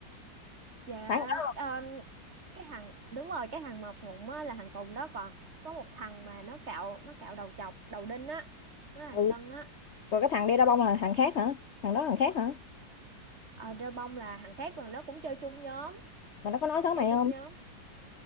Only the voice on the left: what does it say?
phải thằng đó
ừ.
còn cái thằng đeo đa bông là thằng khác hả thằng đó thằng khác hả
mà nó có nói
xấu
mày
không